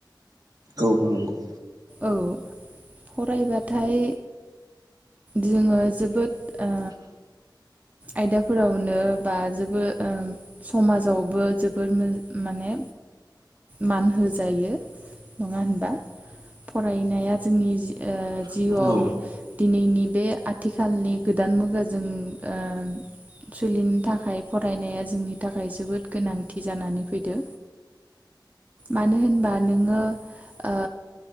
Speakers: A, on the right; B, on the right.
A: औ नंगौ।
B: औ फरायबाथाय जोङो जोबोद ओ आयदाफोरावनो बा जोबो ओ समाजावबो जोबोद मो माने मान होजायो नङा होनबा? फरायनाया जोंनि जि ओ जिउवाव
A: औ
B: दिनैनि बे आथिखालनि गोदान मुगाजों ओ सोलिनो थाखाय फरायनाया जोंनि थाखाय जोबोद गोनांथि जानानै फैदो मानो होनबा नोङो ओ